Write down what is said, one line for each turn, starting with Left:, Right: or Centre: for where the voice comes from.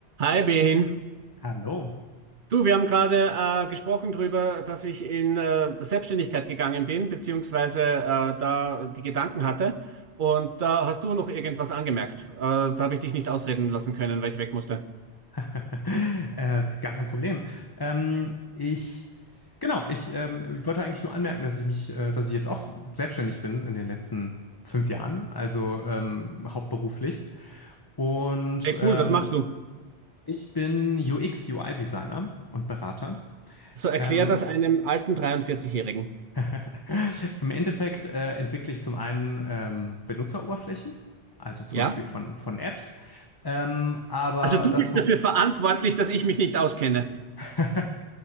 Right: Hi Behin.
Left: Hallo.
Right: Du, wir haben gerade äh, gesprochen darüber, dass ich in äh, Selbstständigkeit gegangen bin, beziehungsweise äh, da die Gedanken hatte. Und da hast du noch irgendwas angemerkt. Äh, da habe ich dich nicht ausreden lassen können, weil ich weg musste.
Left: <laughs> äh, gar kein Problem. Ähm, ich, genau, ich, ähm, ich wollte eigentlich nur anmerken, dass ich mich, äh, dass ich jetzt auch s- selbstständig bin in den letzten fünf Jahren, also ähm, hauptberuflich. Und
Right: Hey,
Left: ähm,
Right: cool, was machst du?
Left: ich bin UX-UI-Designer und Berater.
Right: So erklär
Left: Ähm,
Right: das einem alten 43-Jährigen.
Left: <laughs> im Endeffekt äh, entwickle ich zum einen ähm, Benutzeroberflächen, also zum
Right: Ja?
Left: Beispiel von, von Apps. Ähm, aber
Right: Also du
Left: das,
Right: bist
Left: wo
Right: dafür verantwortlich, dass ich mich nicht auskenne.
Left: <laughs>